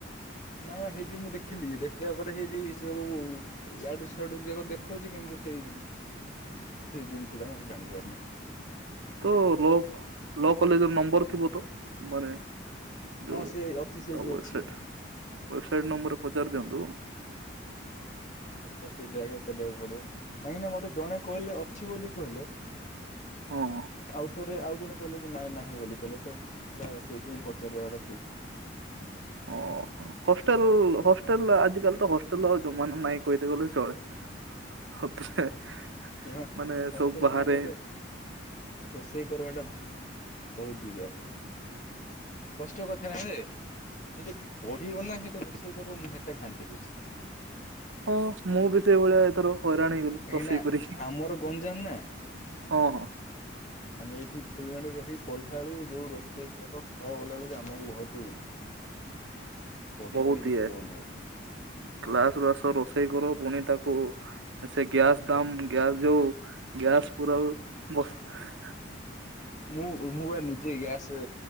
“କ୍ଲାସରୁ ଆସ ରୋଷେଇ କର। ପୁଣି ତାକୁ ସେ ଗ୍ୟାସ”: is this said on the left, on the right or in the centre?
Right